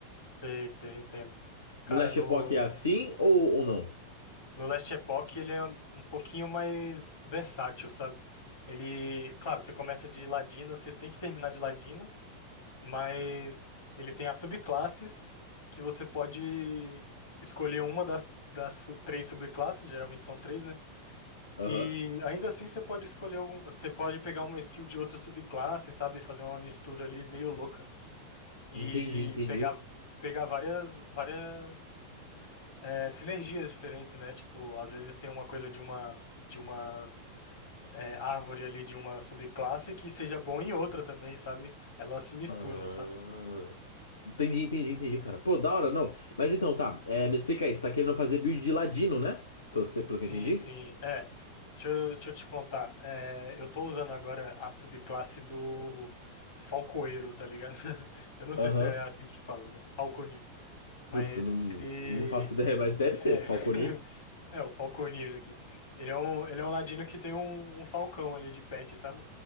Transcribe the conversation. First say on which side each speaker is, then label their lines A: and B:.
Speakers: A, on the left (about 55°); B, on the left (about 70°).
A: Sei, sei, entendo. Cara,
B: No Last
A: no,
B: Epoch é assim ou, ou não?
A: no Last Epoch ele é um pouquinho mais versátil, sabe? Ele, claro, você começa de Ladino, você tem que terminar de Ladino, mas ele tem as subclasses que você pode escolher uma das, das su- três subclasses, geralmente são três, né?
B: Aham.
A: E ainda assim você pode escolher algum, você pode pegar uma skill de outra subclasse, sabe, fazer uma mistura ali meio louca e
B: Entendi, entendi.
A: pegar pegar várias várias é, sinergias diferentes, né? Tipo, às vezes tem uma coisa de uma de uma é, árvore ali de uma subclasse que seja bom em outra também, sabe? Elas se misturam,
B: Ah,
A: sabe?
B: Entendi, entendi, entendi, cara. Pô, da hora, não. Mas então, tá. É, me explica aí. Você tá querendo fazer build de ladino, né? Pelo que, você- pelo
A: Sim,
B: que eu entendi.
A: sim. É, deixa eu, deixa eu te contar. É, eu tô usando agora a subclasse do Falcoeiro, tá ligado? <laughs> Eu não sei
B: Aham.
A: se é assim que fala, né? Falconeer. Mas
B: Putz, eu não,
A: ele.
B: não faço ideia, mas deve ser.
A: É.
B: Falconir?
A: <laughs> É, o Falconeer aqui. Ele é um, ele é um ladino que tem um, um falcão ali de pet, sabe?